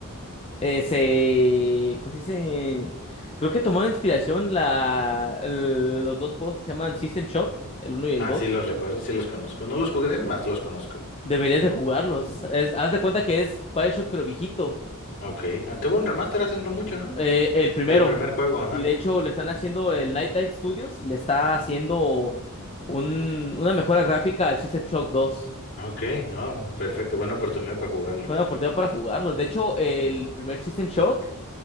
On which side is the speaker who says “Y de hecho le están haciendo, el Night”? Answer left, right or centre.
Left